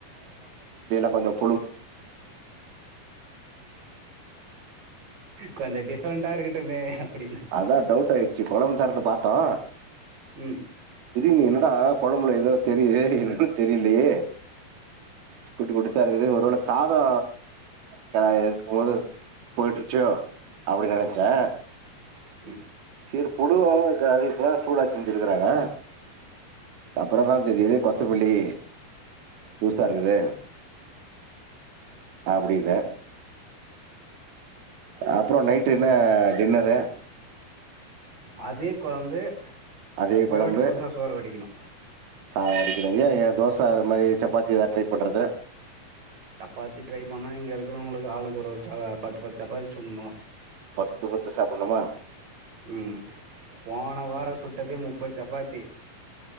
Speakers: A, on the right; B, on the right.
A: வரும்
B: கொஞ்சம் டிஃப்ரெண்டண்டா இருக்கு இருக்கட்டுமே அப்டின்னு
A: அதான் டவுட் ஆயிடுச்சு கொழம்பு திறந்து பார்த்த தா
B: ம்
A: திடீர்னு என்னடா கொழம்புல ஏதோ தெரியுது <unintelligible> தெரியலயே குட் குட் சரி இது ஒருவேள சாதோ கெளறி எடுக்கும் போது போயிட்ருச்சோ அப்டி நெனைச்சே
B: ம்
A: சேரி பொதுவா கெடைக்குன்னுதா சூடா செஞ்சிருக்கறாங்க க அப்புறந்தா தெரியுது கொத்தமல்லி புதுசா இருக்குது அப்டின்னு அப்புறோ நைட்டு என்ன டின்னரு?
B: அதே கொழம்பு
A: அதே
B: மறுபடி
A: கொழம்பு
B: புதுசா சோறு வடிக்கணு
A: சாதோ வடி க்கணு ஏ ஏ தோச அது மாரி சப்பாத்தி எதா ட்ரை பண்றது
B: சப்பாத்தி ட்ரை பண்ணா இங்க இருக்கிறவங்களுக்கு ஆளுக்கு ஒரு ஒரு சா பத்து பத்து சப்பாத்தி சுடுனு
A: பத்து பத்து சாப்டுணுமா
B: ம் போன வாரோ சுட்டதே முப்பது சப்பாத் தி